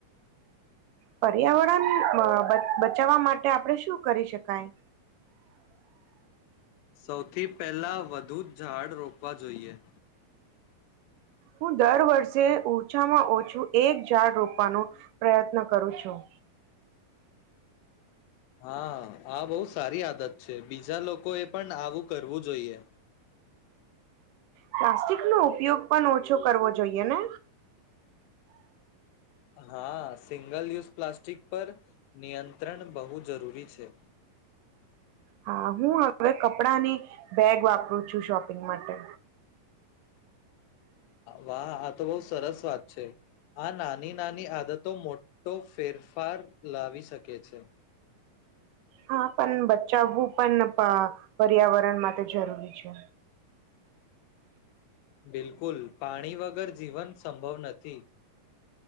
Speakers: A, on the right; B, on the left.
A: પર્યાવરણ અ બચાવવા માટે આપડે શું કરી શકાય?
B: સૌથી પહેલા વધુ ઝાડ રોપવા જોઈએ.
A: હું દર વર્ષે ઓછામાં ઓછું એક ઝાડ રોપવાનો પ્રયત્ન કરું છું.
B: હા આ બો સારી આદત છે. બીજા લોકો એ પણ આવું કરવું જોઈએ.
A: પ્લાસ્ટિક નો ઉપયોગ પણ ઓછો કરવો જોઈએ ને.
B: હા સિંગલ યુઝ પ્લાસ્ટિક પર નિયંત્રણ બહુ જરૂરી છે.
A: હા હું હવે કપડાની બેગ વાપરું છું શોપિંગ માટે.
B: વાહ આ તો બો સરસ વાત છે. આ નાની નાની આદતો મોટો ફેરફાર લાવી શકે. સકે છે.
A: હા પણ બચાવવું પણ પન પર્યાવરણ માટે જરૂરી છે.
B: બિલકુલ પાણી વગર જીવન સંભવ નથી.